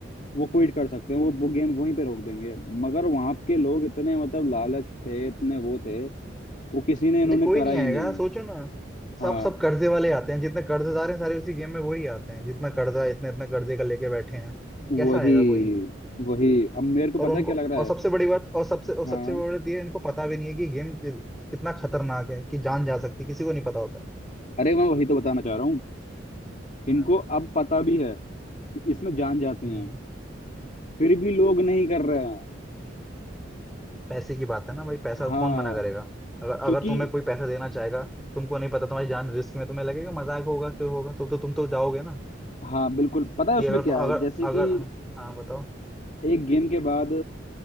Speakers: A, on the left (about 40°); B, in the centre.
A: वो क्विट कर सकते हैं वो वो गेम वहीं पे रोक देंगे मगर वहां के लोग इतने मतलब लालच थे इतने वो थे वो किसी ने
B: नहीं
A: इन्होंने
B: कोई
A: करा
B: नहीं
A: ही
B: आएगा
A: नहीं
B: सोचो ना
A: हाँ
B: सब सब कर्जे वाले आते हैं जितने कर्जेदार हैं सारे उसी गेम में वही आते हैं जितना कर्जा इतने इतने कर्जे का लेके बैठे हैं
A: वही
B: कैसा आएगा कोई
A: वही अब मेरे को पता
B: और उनको
A: है क्या लग रहा
B: और
A: है
B: सबसे बड़ी बात और सबसे और
A: हाँ
B: सबसे बड़ी बात ये है, इनको पता भी नहीं है कि गेम कितना खतरनाक है कि जान जा सकती है, किसी को नहीं पता होता है
A: अरे मैं वही तो बताना चाह रहा हूँ इनको
B: हाँ,
A: अब पता भी है कि इसमें जान जाते
B: हम्म
A: हैं फिर भी लोग नहीं कर रहे हैं
B: पैसे की बात है ना भाई पैसा
A: हाँ
B: कौन मना करेगा अगर
A: क्योंकि
B: अगर तुम्हें कोई पैसा देना चाहेगा तुमको नहीं पता तुम्हारी जान रिस्क में तुम्हें लगेगा मजाक होगा क्यों होगा तो, तो तुम तो जाओगे ना
A: हाँ बिल्कुल पता है
B: कि
A: उसमें
B: अगर
A: क्या
B: तुम अगर
A: है जैसे
B: अगर
A: कि
B: हाँ हाँ, बताओ
A: एक गेम के बाद